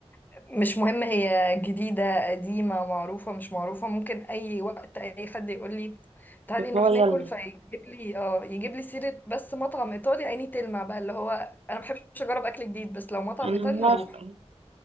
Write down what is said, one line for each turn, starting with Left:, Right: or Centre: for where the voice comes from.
Left: مش مهم هي جديدة قديمة معروفة مش معروفة ممكن أي وقت أي حد يقول لي تعالي نروح
Right: هو يلا
Left: ناكل فيجيب لي اه يجيب لي سيرة بس مطعم إيطالي عيني تلمع بقى اللي هو أنا مبحبش أجرب أكل جديد بس لو مطعم
Right: انا
Left: إيطالي
Right: موافقة
Left: هروح